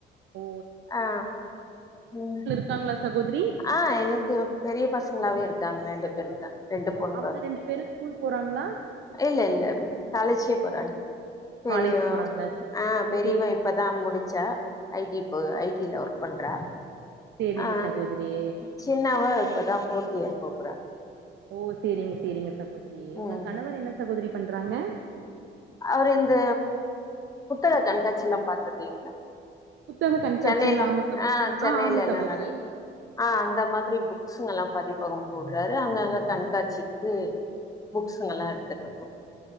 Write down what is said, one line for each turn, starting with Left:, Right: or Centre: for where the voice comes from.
Right: ஓ
Left: ஆ ம்
Right: குத்தாங்ளா சகோதிரி
Left: ஆ எனக்கு பெரிய பசங்ளாவே இருக்காங்க ரெண்டு பேர் இருக்காங்க ரெண்டு
Right: ஓ
Left: பொண்
Right: அவங்க
Left: கொழந்
Right: ரெண்டு பேரு ஸ்கூல் போறாங்ளா
Left: இல்ல இல்ல காலேஜ்கே போறாங்க பெரியவன்
Right: காலேஜ் போறாங்களா
Left: ஆ பெரியவன்
Right: சேரி
Left: இப்ப தா முடிச்ச ஐ டி போக ஐ டி ல வர்க் பண்றா
Right: சேரிங்க
Left: ஆ
Right: சகோதிரி
Left: சின்னவ இப்ப தா ஃபோர்த் இயர் போ போறா
Right: ஓ சேரிங்க சேரிங்க சகோதிரி உங்கள்
Left: ம்
Right: கணவர் என்ன சகோதிரி பண்றாங்க
Left: அவரு இந்த புத்தக கண்காட்சிலா பாத்ருக்கீங்ளா
Right: புத்தக கண்காட்சிங்களா
Left: சென்னைல
Right: ஆமா சகோதரி
Left: ஆ சென்னைல
Right: ஆமா
Left: எலா
Right: சகோதரி
Left: நடக் ஆ அந்த மாதிரி புக்ஸ்ங்கல்லாஅ பதிப்பகம் போட்றாரு அங்கங்க கண்காட்சிக்கு புக்ஸ்ஸுங்கல்லா எடுத்துட்டுப்போ